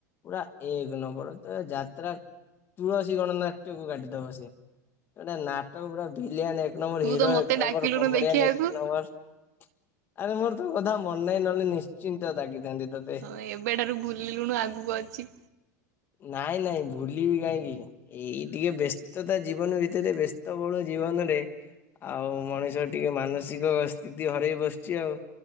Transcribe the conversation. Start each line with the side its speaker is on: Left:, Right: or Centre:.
Left: ପୁରା ଏକ ନମ୍ବର ତ ଯାତ୍ରା ତୁଳସୀ ଗଣନାଟ୍ୟ କୁ କାଟିଦବ ସେ ନାଟକ ପୁରା ଭିଲିଆନ। ଏକ ନମ୍ବର
Right: ତୁ
Left: ହିରୋ
Right: ତ ମତେ
Left: ଏକ ନମ୍ବର
Right: ଡାକିଲୁନୁ
Left: କମେଡିଆନ୍
Right: ଦେଖିବାକୁ।
Left: ଏକ ନମ୍ବର। ଆରେ ମୋର ତୋ କଥା ମନେ ନାହିଁ ନିଶ୍ଚିନ୍ତ ଡାକି ଥାନ୍ତି ତୋତେ।
Right: ହଁ ଏବେଠାରୁ ଭୁଲିଲୁଣୁ ଆଗକୁ ଅଛି।
Left: ନାଇଁ ନାଇଁ ଭୁଲିବି କାହିଁକି। ଏଇ ଟିକେ ବ୍ୟସ୍ତତା ଜୀବନ ଭିତରେ ବ୍ୟସ୍ତ ବହୁଳ ଜୀବନରେ ଆଉ ମଣିଷ ଟିକେ ମାନସିକ ସ୍ଥିତି ହରେଇ ବସିଛି ଆଉ।